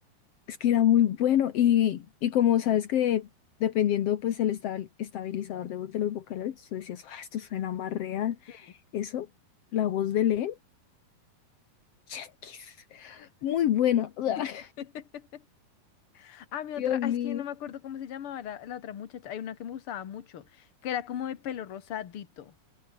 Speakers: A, on the left (about 65°); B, on the left (about 50°).
A: Es que era muy bueno y, y como sabes que dependiendo pues el esta- estabilizador de voz de los vocales, tú decías, "Ah, esto suena más real.
B: Sí.
A: Eso, la voz de Len, chasquis, muy buena. o sea, <laughs>
B: <laughs> Ah, mi otra,
A: Dios mío.
B: ah, es que no me acuerdo cómo se llamaba la, la otra muchacha. Hay una que me gustaba mucho, que era como de pelo rosadito.